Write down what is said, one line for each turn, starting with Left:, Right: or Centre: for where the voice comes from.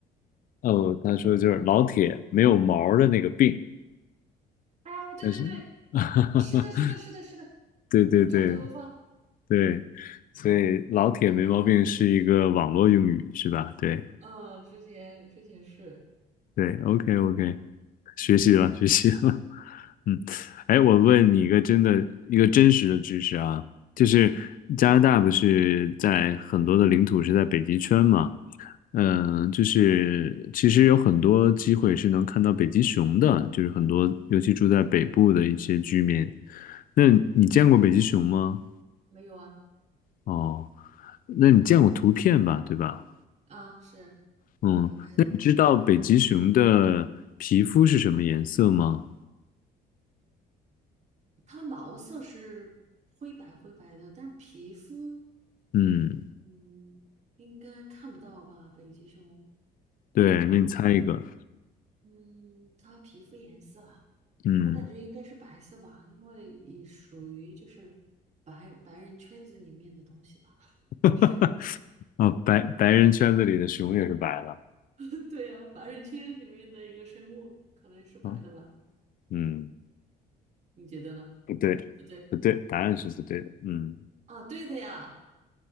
Left: 哦，他说就是老铁没有毛儿的那个病，
Right: 哎，对对对，
Left: 但是，<laughs>
Right: 是的，是的，是的，是的，
Left: 对对对
Right: 不长头发
Left: 对，所以老铁没毛病是一个网络用语是吧？
Right: 没毛病。
Left: 对
Right: 嗯，之前之前是，
Left: 对，OK OK，学习了学习了，
Right: 嗯
Left: 嗯，哎，我问你一个真的一个真实的知识啊，就是加拿大不是在很多的领土是在北极圈嘛？
Right: 嗯，
Left: 嗯，就是其实有很多机会是能看到北极熊的，就是很多尤其住在北部的一些居民。那你见过北极熊吗？
Right: 没有啊，
Left: 哦，那你见过图片吧，
Right: 啊
Left: 对吧？
Right: 啊是
Left: 嗯，
Right: 白白的。
Left: 那你知道北极熊的皮肤是什么颜色吗？
Right: 重它毛色是灰白灰白的，但是皮肤，
Left: 嗯，
Right: 嗯，应该看不到吧？北极熊，
Left: 对，那你猜一个，
Right: 嗯，它皮肤颜色啊，
Left: 嗯。
Right: 我感觉应该是白色吧，因为也属于就是白白人圈子里面的东西吧。<laughs>
Left: <laughs>
Right: 是，
Left: 啊，白白人圈子里的熊也是白的，
Right: <laughs> 对啊，白人圈里面的一个生物，可能是白的吧？
Left: 嗯嗯，
Right: 你觉得呢？
Left: 不对，
Right: 不对
Left: 不对，答案是不对的，嗯，
Right: 啊，对的呀，